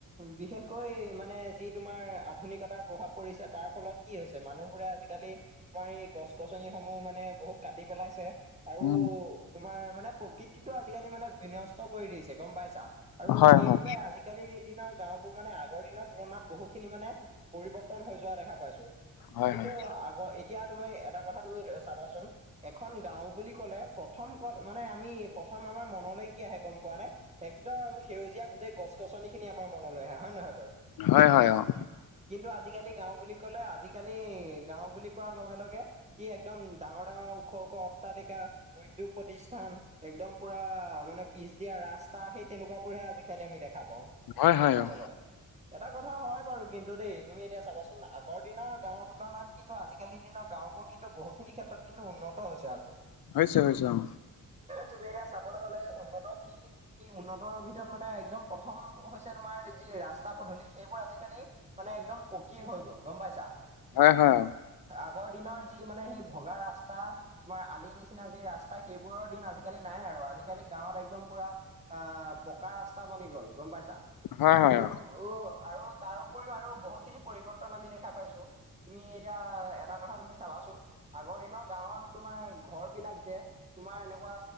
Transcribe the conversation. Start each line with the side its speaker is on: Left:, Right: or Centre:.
Right: বিশেষকৈ মানে যি তোমাৰ আধুনিকতাৰ প্ৰভাৱ। পৰিছে তাৰ ফলত কি হৈছে মানুহবোৰে আজিকালি তোমাৰ এই- গছ গছনিসমূহ মানে বহুত কাটি পেলাইছে, আৰু-
Left: উম
Right: তোমাৰ মানে প্ৰকৃতিটো আজিকালি মানে বিনষ্ট কৰি দিছে গম পাইছা। আৰু
Left: হয়
Right: সেইবাবে
Left: হয়
Right: আজিকালিৰ দিনত- গাঁওবোৰ মানে আগৰ দিনৰ তুলনাত বহু খিনি মানে পৰিৱৰ্তন হৈ যোৱা দেখা পাইছোঁ।
Left: হয়
Right: কিন্তু
Left: হয়
Right: আকৌ এতিয়া তুমি এটা কথা তুমি চাবাচোন- এখন গাওঁ বুলি কলে প্ৰথম ক'ত মানে আমি প্ৰথম আমাৰ মনলৈ কি আহে গম পোৱা নে? একদম সেউজীয়া গোটেই গছ গছনি খিনি আমাৰ মনলৈ আহে হয় নহয় বাৰু।
Left: হয় হয় অঁ।
Right: কিন্তু আজিকালি গাওঁ বুলি কলে আজিকালি গাওঁ বুলি কোৱাৰ লগে লগে- কি একদম ডাঙৰ ডাঙৰ ওখ ওখ অট্টালিকা- উদ্যোগ প্ৰতিষ্ঠান একদম পুৰা মানে পিছ দিয়া ৰাস্তা সেই তেনেকুৱাবোৰহে আজি- কেলে আমি দেখা পাওঁ
Left: হয় হয়
Right: আচলতে।
Left: অ
Right: এটা কথা হয় বাৰু কিন্তু দেই তুমি এতিয়া চাবাচোন আগৰ দিনৰ গাঁৱৰ তুলনাত কিন্তু আজি- আজিকালি দিনৰ গাঁওবোৰ কিন্তু বহুখিনি ক্ষেত্ৰত কিন্তু উন্নত হৈছে আকৌ।
Left: বুজিছো বুজিছো অঁ।
Right: তুমি এতিয়া চাবলৈ হলে উন্নত কি কি উন্নতৰ ভিতৰত মানে একদম প্ৰথম হৈছ- পিছে তোমাৰ যি ৰাস্তা পদূলি সেইবোৰ আজিকালি মানে একদম পকি হৈ গ'ল গম পাইছা?
Left: হয় -হয়
Right: আগৰ দিনৰ যি মানে সেই ভগা ৰাস্তা- তোমাৰ আলি নিচিনা যি ৰাস্তা সেইবোৰৰ দিন আজিকালি নাই আৰু আজিকালি গাঁৱত একদম পুৰা- আহ, পকা ৰাস্তা বনি গল গম পাইছা
Left: হয়
Right: আৰু
Left: হয় অ
Right: উ আৰু তাৰ উপৰিও আৰু বহুখিনি পৰিৱৰ্তন আমি দেখা পাইছো তুমি এতিয়া এটা কথা তুমি চাবাচোন আগৰ দিনৰ গাঁৱত তোমাৰ ঘৰ বিলাক যে তোমাৰ এনেকুৱা